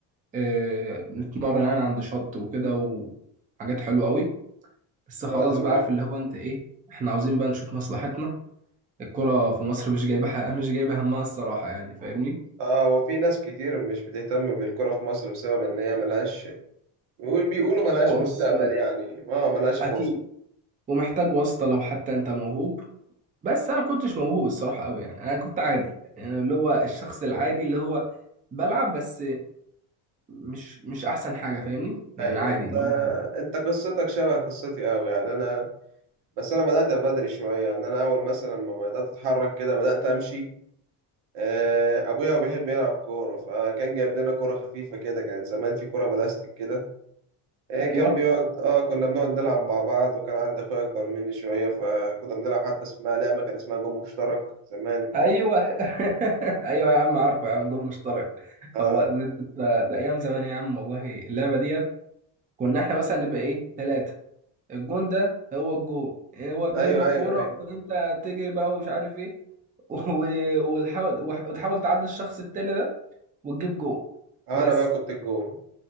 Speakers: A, on the right (about 20°); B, on the right (about 80°).
A: آه نتمرن يعني عند شط وكده وحاجات حلوة قوي بس
B: اه
A: خلاص
B: تمام
A: بقى عارف اللي هو انت ايه احنا عاوزين بقى نشوف مصلحتنا الكرة في مصر مش جايبة <laughs> حق... مش جايبة همها الصراحة يعني فاهمني
B: اه وفي ناس كتير مش بتهتم بالكرة في مصر بسبب ان هي ملهاش بيقول بيقولوا ملهاش
A: خلاص
B: مستقبل يعني اه ملهاش فرصة
A: اكيد ومحتاج واسطه لو حتى انت موهوب بس انا ما كنتش موهوب الصراحه قوي يعني انا كنت عادي يعني أنا اللي هو الشخص العادي اللي هو بلعب بس مش مش احسن حاجه فاهمني يعني
B: ايوه
A: عادي
B: انت
A: اللي هو
B: انت قصتك شبه قصتي قوي يعني انا بس انا بدأت بدري شوية يعني انا اول مثلا ما بدأت اتحرك كده بدأت امشي آه، ابويا هو بيحب يلعب كورة فكان جايب لنا كورة خفيفة كده كان زمان في كورة بلاستيك كده آه،
A: ايوه
B: كان بيقعد اه كنا بنقعد نلعب مع بعض وكان عندي اخويا اكبر مني شوية فكنا بنلعب حتى اسمها لعبة كان اسمها جون مشترك زمان
A: ايوه <laughs> ايوه يا عم عارفه يا عم جون مشترك
B: آه،
A: هو ده, ده, ده ايام زمان يا عم والله اللعبه ديت كنا احنا مثلا نبقى ايه ثلاثه الجون ده هو الجون هو بيرمي
B: ايوه
A: الكوره
B: ايوه ايوه
A: وانت تجري بقى ومش عارف ايه <laughs> و- وتحاول وتحاول تعدي الشخص التاني ده وتجيب جون
B: آه،
A: بس
B: انا بقى كنت الجون